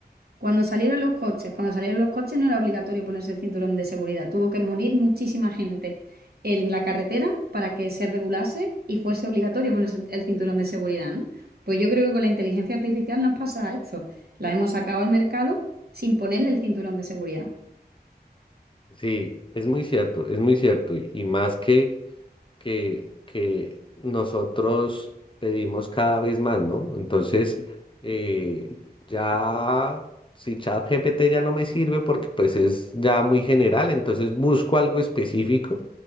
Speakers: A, on the right; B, on the left.
A: Cuando salieron los coches, cuando salieron los coches no era obligatorio ponerse el cinturón de seguridad. Tuvo que morir muchísima gente en la carretera para que se regulase y fuese obligatorio ponerse el cinturón de seguridad, ¿no? Pues yo creo que con la inteligencia artificial nos pasa esto. La hemos sacado al mercado sin ponerle el cinturón de seguridad.
B: Sí, es muy cierto, es muy cierto. y y más que... que, que nosotros pedimos cada vez más, ¿no? Entonces, eh, ya, si ChatGPT ya no me sirve porque pues es ya muy general, entonces busco algo específico,